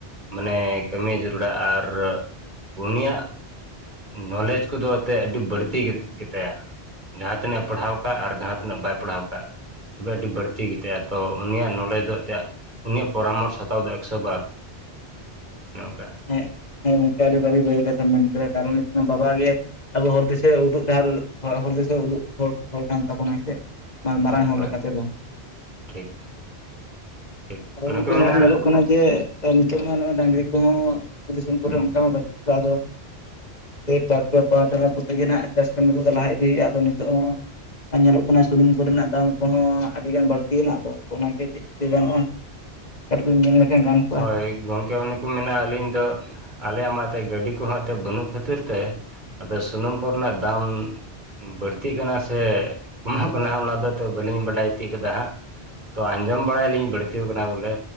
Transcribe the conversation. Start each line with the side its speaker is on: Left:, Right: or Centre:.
Right: ᱢᱟᱱᱮ ᱠᱟᱹᱢᱤ ᱡᱟᱹᱨᱩᱲᱟ ᱟᱨ ᱩᱱᱤᱭᱟᱜ ᱱᱚᱞᱮᱡ ᱠᱚᱫᱚ ᱛᱮᱜ ᱟᱹᱰᱤ ᱵᱟᱹᱲᱛᱤ ᱜᱮᱛᱟᱭᱟ᱾ ᱡᱟᱦᱟᱸ ᱛᱤᱱᱟᱹᱜ ᱯᱟᱲᱦᱟᱣ ᱠᱟᱜ ᱟᱨ ᱡᱟᱦᱟᱸ ᱛᱤᱱᱟᱹᱜ ᱵᱟᱭ ᱯᱟᱲᱦᱟᱣ ᱠᱟᱜ ᱛᱚᱵᱮ ᱟᱹᱰᱤ ᱵᱟᱹᱲᱛᱤ ᱜᱮᱛᱟᱭᱟ ᱛᱚ ᱩᱱᱤᱭᱟᱜ ᱱᱚᱞᱮᱡᱽ ᱫᱚ ᱩᱱᱤᱭᱟᱜ ᱯᱚᱨᱟᱢᱚᱨᱥᱚ ᱦᱟᱛᱟᱣ ᱫᱚ ᱮᱠᱥᱚ ᱵᱟᱨ ᱱᱚᱝᱠᱟ
Left: ᱦᱮᱸ ᱦᱮᱸ ᱜᱚᱢᱠᱮ ᱟᱹᱰᱤ ᱟᱹᱵᱤ ᱵᱷᱟᱹᱜᱤ ᱠᱟᱛᱷᱟᱢ ᱢᱮᱱ ᱠᱮᱫᱟ ᱠᱟᱨᱚᱱ ᱵᱟᱵᱟ ᱜᱮ ᱟᱵᱚ ᱦᱚᱨ ᱫᱤᱥᱟᱹ ᱩᱫᱩᱜ ᱰᱟᱦᱟᱨ ᱦᱚᱨ ᱫᱤᱥᱟᱹ ᱩᱫᱩᱜ ᱦᱚᱲ ᱦᱚᱲ ᱠᱟᱱ ᱛᱟᱵᱚᱱᱟᱭ ᱥᱮ ᱢᱟᱨᱟᱝ
Right: ᱦᱳᱭ
Left: ᱦᱚᱲ
Right: ᱦᱳᱭ
Left: ᱞᱮᱠᱟ ᱛᱮᱫᱚ
Right: ᱴᱷᱤᱠ ᱴᱷᱤᱠ
Left: ᱟᱫᱚ
Right: ᱚᱱᱮ
Left: ᱜᱚᱝᱠᱮ
Right: ᱠᱚ
Left: ᱱᱚᱜ-ᱚᱭ
Right: ᱢᱮᱱᱟ
Left: ᱧᱮᱞᱚᱜ ᱠᱟᱱᱟ ᱡᱮ ᱱᱤᱛᱚᱜ ᱢᱟ ᱱᱚᱜ ᱰᱟᱝᱨᱤ ᱠᱚᱦᱚᱸ ᱟᱹᱛᱩ ᱫᱤᱥᱚᱢ ᱠᱚᱨᱮ ᱚᱱᱠᱟ ᱢᱟ ᱵᱟᱪᱩᱜ ᱠᱚᱣᱟ ᱟᱫᱚ ᱴᱨᱟᱠᱴᱚᱨ ᱯᱟᱣᱟᱨ ᱴᱤᱞᱟᱨ ᱠᱚᱛᱮ ᱜᱮ ᱱᱟᱜ ᱪᱟᱥ ᱠᱟᱹᱢᱤ ᱠᱚᱫᱚ ᱞᱟᱦᱟ ᱤᱫᱤ-ᱟ ᱟᱫᱚ ᱱᱤᱛᱚᱜ ᱦᱚᱸ ᱧᱮᱞᱚᱜ ᱠᱟᱱᱟ ᱥᱩᱱᱩᱢ ᱠᱚ ᱨᱮᱱᱟᱜ ᱫᱟᱢ ᱠᱚᱦᱚᱸ ᱟᱹᱰᱤᱜᱟᱱ ᱵᱟᱹᱲᱛᱤ ᱮᱱᱟ ᱟᱫᱚ ᱚᱱᱟᱜᱮ ᱪᱮᱫ ᱪᱤᱠᱟᱹ ᱜᱟᱱᱚᱜ-ᱟ ᱠᱟᱹᱴᱤᱡ ᱵᱮᱱ ᱢᱮᱱ ᱞᱮᱠᱷᱟᱱ ᱜᱟᱱᱚ-ᱟ
Right: ᱦᱳᱭ ᱜᱚᱝᱠᱮ ᱚᱱᱮ ᱢᱮᱱᱟ ᱟᱹᱞᱤᱧ ᱫᱚ ᱟᱞᱮᱭᱟᱜ ᱢᱟ ᱮᱱᱛᱮᱫ ᱜᱟᱹᱰᱤ ᱠᱚᱦᱚᱸ ᱮᱱᱛᱮᱫ ᱵᱟᱹᱱᱩᱜ ᱠᱷᱟᱹᱛᱤᱨ ᱛᱮ ᱟᱫᱚ ᱥᱩᱱᱩᱢ ᱠᱚ ᱨᱮᱱᱟᱜ ᱫᱟᱢ ᱵᱟᱹᱲᱛᱤᱜ ᱠᱟᱱᱟ ᱥᱮ ᱠᱚᱢᱚᱜ ᱠᱟᱱᱟ ᱚᱱᱟ ᱫᱚ ᱵᱟᱹᱞᱤᱧ ᱵᱟᱰᱟᱭ ᱛᱤᱭᱳᱜ ᱠᱟᱫᱟ ᱦᱟᱸᱜ ᱛᱚ ᱟᱸᱡᱚᱢ ᱵᱟᱲᱟᱭ ᱟᱞᱤᱧ ᱵᱟᱹᱲᱛᱤ ᱟᱠᱟᱱᱟ ᱵᱚᱞᱮ